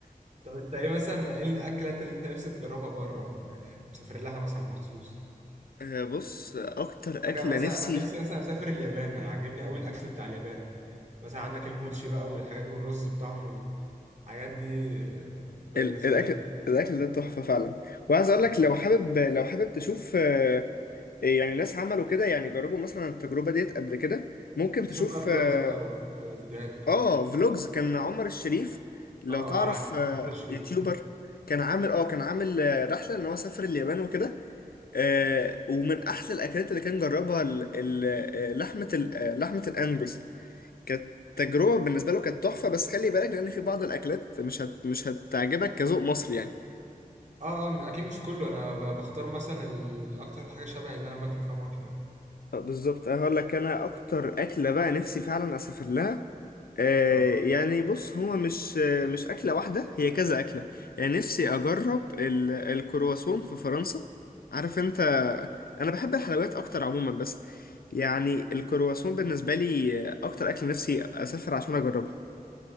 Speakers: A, on the right (about 50°); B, on the left (about 80°).
A: طب أنت إيه مثلا إيه الأكلات اللي أنت نفسك تجربها بره يعني تسافر لها مثلا مخصوص
B: آه، بص اكتر
A: حاجة
B: اكله
A: مثلا
B: نفسي
A: أنا نفسي مثلا أسافر اليابان يعني عاجبني قوي الأكل بتاع اليابان مثلا عندك الموتشي بقى والحاجات والرز بتاعهم والحاجات دي آه، بالنسبة
B: ال- الاكل
A: لي
B: الاكل ده تحفه فعلا وعايز اقول
A: اه
B: لك لو حابب لو حابب تشوف آه، يعني ناس عملوا كده يعني جربوا مثلا التجربه ديت قبل كده ممكن
A: بشوف
B: تشوف
A: بقى فلوجز
B: اه
A: بقى وفيديوهات وكده
B: آه، فلوجز كان عمر الشريف لو
A: اه اه
B: تعرف
A: عارف
B: آه،
A: عمرو الشريف
B: يوتيوبر كان عامل اه كان عامل آه، رحله ان هو سافر اليابان وكده آه، ومن احلى الاكلات اللي كان جربها ال- ال- آه، لحمه ال- آه، لحمه الانجوس كانت تجربه بالنسبه له كانت تحفه بس خلي بالك لان في بعض الاكلات مش هت مش هتعجبك كذوق مصري يعني
A: اه اه اكيد مش كله انا ب- بختار مثلا ال- اكتر حاجه شبه اللي انا باكله فاهم واكله يعني
B: آه، بالظبط انا هقول لك انا اكتر اكله بقى نفسي فعلا اسافر لها آه
A: اه
B: يعني بص هو مش آه، مش اكله واحده هي كذا اكله يعني نفسي اجرب ال- الكرواسون في فرنسا عارف انت انا بحب الحلويات اكتر عموما بس يعني الكرواسون بالنسبه لي آه، اكتر اكله نفسي اسافر عشان اجربها